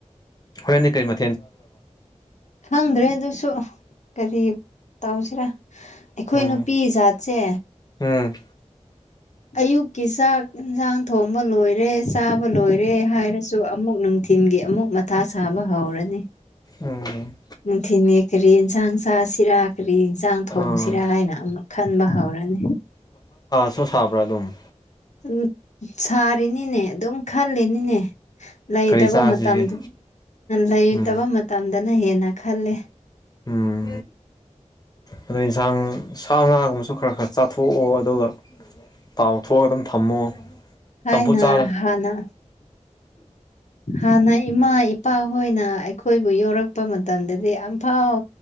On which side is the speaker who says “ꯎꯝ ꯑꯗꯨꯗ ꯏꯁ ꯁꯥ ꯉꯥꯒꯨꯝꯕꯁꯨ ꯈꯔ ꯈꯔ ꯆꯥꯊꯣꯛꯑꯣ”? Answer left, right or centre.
Left